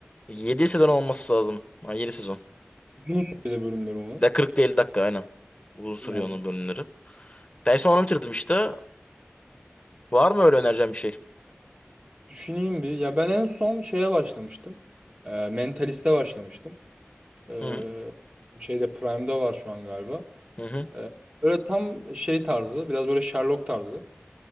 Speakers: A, on the left; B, on the right.
A: yedi sezon olması lazım. Ha, 7 sezon.
B: Uzun uzun bir de bölümleri onun.
A: Ya 40-50 dakika aynen. Uzun sürüyor
B: Yani
A: onun bölümleri. Ben en son onu bitirdim işte. Var mı öyle önereceğim bir şey?
B: düşüneyim bir. Ya ben en son şeye başlamıştım. Ee, Mentalist'e başlamıştım. Ee,
A: Hı
B: bu şeyde Prime'da var şu an galiba.
A: hı.
B: Ee, böyle tam şey tarzı. Biraz böyle Sherlock tarzı.